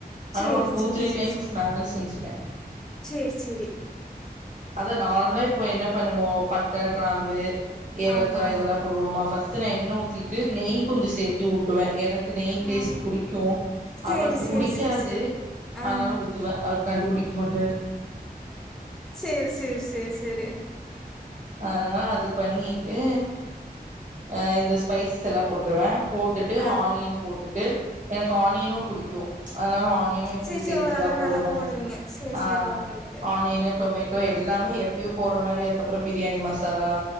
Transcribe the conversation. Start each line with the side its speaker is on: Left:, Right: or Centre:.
Right: ஆனா
Centre: சேரி,
Right: ஒரு டூ
Centre: சேரி,
Right: த்ரீ
Centre: சேரி,
Right: டைம்ஸ் மேல செஞ்சுட
Centre: சே சேரி, சேரி.
Right: அத நார்மலா
Centre: அ
Right: இப்ப என்ன பண்ணுவோ பட்ட கிராம்பு ஏலக்கா
Centre: ஆமா.
Right: இதெல்லா போடுவோமா ஃபஸ்ட் சுன என்ன உத்திட்டு நெய் கொஞ்ச சேத்துட் எனக்கு நெய் டேஸ்ட்
Centre: ஆ
Right: புடிகு
Centre: சேரி,
Right: அவருக்கு
Centre: சேரி,
Right: புடிக்காது
Centre: சேரி, சேரி. ஆ.
Right: ஆனாலு ஊதுவே அவர் கண்டுபுடிக்க பட்டர்
Centre: செரி செரி செரி செரி
Right: அனால அது பண்ணிட்டு அ இந்த ஸ்பைஸ்லா போட்ருவே. போட்டுட்டு
Centre: ஆ.
Right: ஆனியன் போட்டுட்டு. எனக்கு ஆனியனும் புடிக்கு அதனால ஆனியன எப்யு
Centre: சேரி, சேரி
Right: சேர்த்திதா
Centre: ஓரளவு
Right: போடுவே
Centre: நல்லா போடுவீங்க. சேரி,
Right: ஆஹ்
Centre: சேரி. ஓகே, ஓகே.
Right: ஆனியன் டொமேட்டோ எல்லாமே எப்யூ போற மாரி அதுகப்புறம் பிரியாணி மசாலா